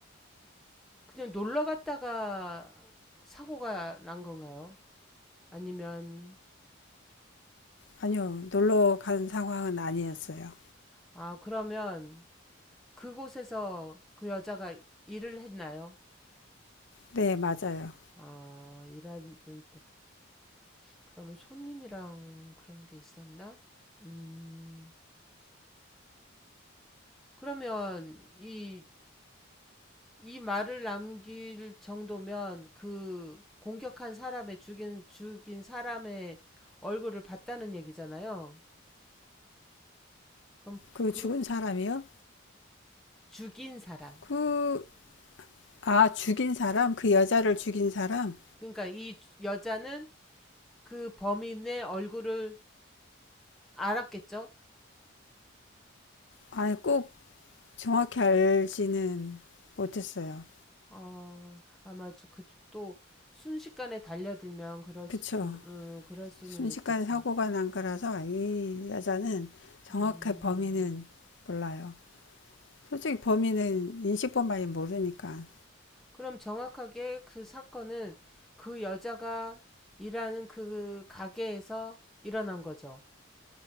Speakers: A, in the centre; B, on the left.
A: 그냥 놀러 갔다가 사고가 난 건가요? 아니면,
B: 아니요. 놀러 간 상황은 아니었어요.
A: 아, 그러면 그곳에서 그 여자가 일을 했나요?
B: 네, 맞아요.
A: 아, 일하는 때. 그러면 손님이랑 그런 게 있었나? 음, 그러면 이, 이 말을 남길 정도면 그 공격한 사람의 죽인, 죽인 사람의 얼굴을 봤다는 얘기잖아요. 그럼
B: 그
A: 그
B: 죽은 사람이요?
A: 죽인 사람.
B: 그, 아, 죽인 사람? 그 여자를 죽인 사람?
A: 그러니까 이 여자는 그 범인의 얼굴을 알았겠죠?
B: 아예 꼭 정확히 알지는 못했어요.
A: 아, 아마 저 그 또 순식간에 달려들면 그럴
B: 그쵸.
A: 수, 음, 그럴 수는
B: 순식간에
A: 있겠다.
B: 사고가 난 거라서 이 여자는 정확한
A: 음.
B: 범인은 몰라요. 솔직히 범인은 인식법만이 모르니까.
A: 그럼 정확하게 그 사건은 그 여자가 일하는 그 가게에서 일어난 거죠.